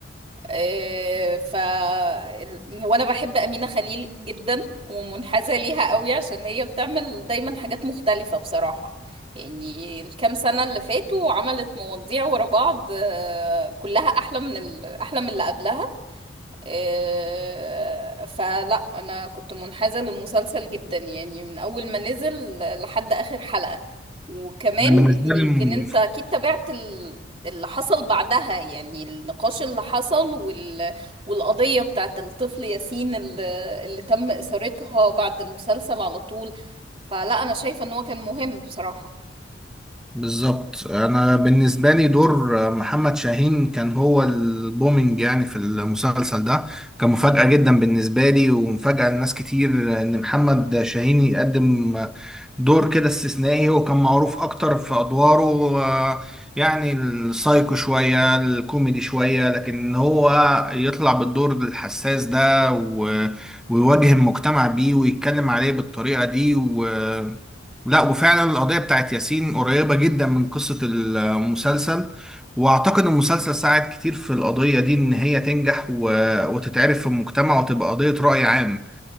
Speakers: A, on the right; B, in the centre.
A: آه، ف ال- وانا بحب أمينة خليل جدا ومنحازة ليها قوي عشان هي بتعمل دايما حاجات مختلفة بصراحة يعني الكام سنة اللي فاتوا عملت مواضيع ورا بعض آه، كلها أحلى من ال... أحلى من اللي قبلها آه، فلا انا كنت منحازة للمسلسل جدا يعني من اول ما نزل لحد اخر حلقة وكمان
B: انا بالنسبة
A: يمكن
B: لي م-
A: انت اكيد تابعت ال- اللي حصل بعدها يعني النقاش اللي حصل وال... والقضية بتاعت الطفل ياسين اللي... اللي تم إثارتها بعد المسلسل على طول فلا انا شايفة ان هو كان مهم بصراحة
B: بالظبط انا بالنسبة لي دور آه، محمد شاهين كان هو البومينج يعني في المسلسل ده كان مفاجأة جدا بالنسبة لي ومفاجأة لناس كتير ان محمد شاهين يقدم دور كده استثنائي وكان معروف اكتر في ادواره آه، يعني السايكو شوية الكوميدي شوية لكن هو يطلع بالدور الحساس ده و- ويواجه المجتمع بيه ويتكلم عليه بالطريقة دي و... لا وفعلا القضية بتاعت ياسين قريبة جدا من قصة المسلسل واعتقد المسلسل ساعد كتير في القضية دي ان هي تنجح و... وتتعرف في المجتمع وتبقى قضية رأي عام